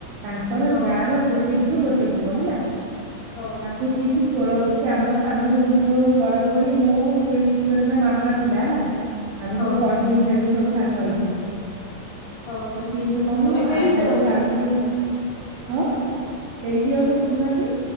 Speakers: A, on the right (about 85°); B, on the left (about 90°).
A: ତାଙ୍କର
B: ହଁ
A: ଯାର ଗୋଟେ ଝିଅ ଗୋଟେ ପୁଅ ହେଲା।
B: ହଁ।
A: ତାକୁ ଠିକ ଷୋଳ ସେ ଆମେ ସାମେ ସବୁ ମୋ ବଡ ଭଉଣୀ ମୁଁ ସେଇ ଝିଅଟା ନା ମାମା ଥିଲା ହେଲା ଆମେ
B: ହଁ
A: ସବୁ କଣ୍ଢେଇ ଖେଳୁସବୁ ସାଙ୍ଗ ହେଇକି
B: ହଁ
A: ତ ସିଏ ଥରେ କଣ
B: ତମେ
A: ହେଲା
B: ଖେଳିଛ
A: ଆଉ ଘର
B: ତାଙ୍କ
A: ପାଖରେ
B: ସହିତ?
A: ଆଉ ଦିନେ ହଁ ଫେରି ଯିବାକୁ
B: ହଁ
A: ସୁୁନାହାଁନ୍ତି।